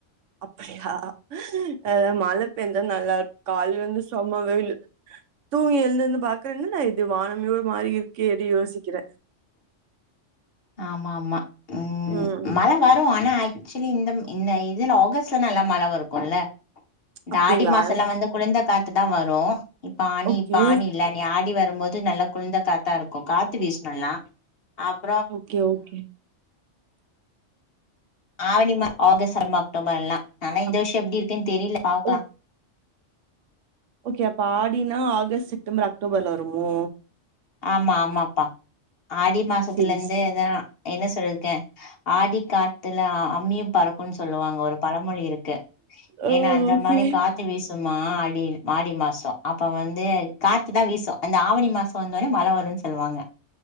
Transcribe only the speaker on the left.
ஆம்மா ஆமா உம்
மழ வரு ஆனா ன ஆக்சுலி இந்த இந்த இதுல ஆகஸ்ட்ல நல்லா மழ வரு இருக்குல்ல இந்த
ஆடி மாசல்லா வந்து குழந்த காத்துதா வரு இப்ப ஆணி
இப்ப ஆணி இல்ல நீ ஆடி வ ரம்போது நல்லா குளிந்த காத்தா இருக்கு காத்து வீசணல்லா அப்
ஆவணி ம ஆகஸ்ட் ரும அக்டோபர் எல்லா ஆனா இந்த
வர்ஷோ எப்டி இருக்குன் தெரியல பாக்லா
ஆமா ஆமாப்பா ஆடி மாசத்துல
இருந்தேதா
என்ன சொல்ற்க்க ஆடி காத்துல அ அம்மியு பறக் கும் சொல்லுவாங்க ஒரு பழமொழி இருக்கு
ஏன்னா அந்த
மாரி காத்து வீசும் மா ஆடி மாடி மாசோ அப்ப வந்து காத்து தா வீசு அந்த ஆவணி மாஸ் கொன்தோனே மழ வருன் சொல்வாங்க